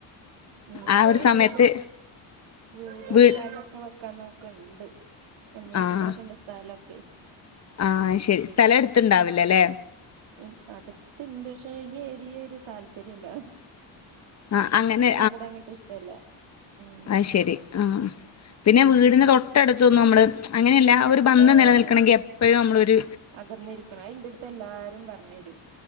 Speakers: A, on the right; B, on the left.
A: ഉം
B: ആ
A: ഞങ്ങളിഞ്ഞിപ്പോ
B: ഒരു സമയത്ത്
A: വീടും
B: വീ
A: സ്ഥലൊക്കെ വെക്കാൻ നോക്ക്ണ്ട് അന്വേഷിക്ക്ണൊക്കെണ്ട്
B: ആഹ്
A: സ്ഥലൊക്കെ
B: ആഹ് അഹ് ശരി സ്ഥലം എടുത്ത്ണ്ടാവില്ല അല്ലെ?
A: ഉം അടുത്തുണ്ട് പക്ഷെ ഈ ഏരിയ ഒരു താല്പര്യല്ല
B: ആഹ് അങ്ങനെ
A: ഇൻക്ക് ഇവിടെങ്ങട്ട് ഇഷ്ടല്ല ഉം
B: അഹ് ശരി ആ പിന്നെ
A: ഉം
B: വീടിന് തൊട്ടടുത്തൊന്നും നമ്മള് അങ്ങനെയല്ല ആ ഒരു ബന്ധം
A: ആഹ്
B: നിലനിൽക്കണമെങ്കിൽ എപ്പഴും നമ്മളൊര്
A: അകന്നിരിക്കണം അതിന്റെ എടുത്ത് എല്ലാരും പറഞ്ഞു തരും